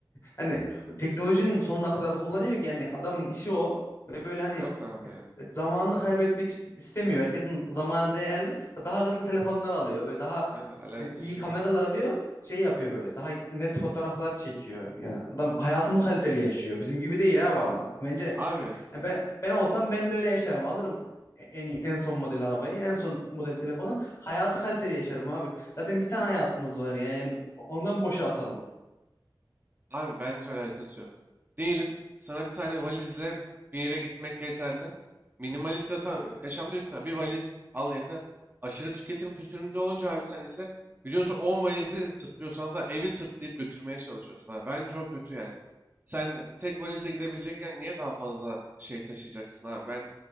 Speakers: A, on the left (about 40°); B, on the right (about 25°).
A: hani teknolojinin sonuna kadar kullanıyor ki yani adamın işi o. Ve böyle hani
B: Yok abi ya.
A: zamanını kaybetmek ist- istemiyor. Herkesin zamanı değerli. Daha hızlı telefonlar alıyor ve daha
B: Abi alakası
A: e, iyi kameralar
B: yok.
A: alıyor. Şey yapıyor böyle. Daha net fotoğraflar çekiyor. Yani adam hayatını kaliteli yaşıyor. Bizim gibi değil abi adam. Bence
B: Abi
A: ya ben ben olsam ben de öyle yaşarım. Alırım en iyi, en son model arabayı, en son model telefonu. Hayatı kaliteli yaşarım abi. Zaten bir tane hayatımız var ya. Yani ondan boşa atalım.
B: Abi bence alakası yok. Diyelim sana bir tane valizle bir yere gitmek yeterli. Minimalist yata- yaşamda yüksel. Bir valiz al yeter. Aşırı tüketim kültüründe olunca abi sen ise biliyorsun 10 valizi sırtlıyorsun hatta evi sırtlayıp götürmeye çalışıyorsun. Abi. Bence o kötü yani. Sen tek valizle gidebilecekken niye daha fazla şey taşıyacaksın abi? Ben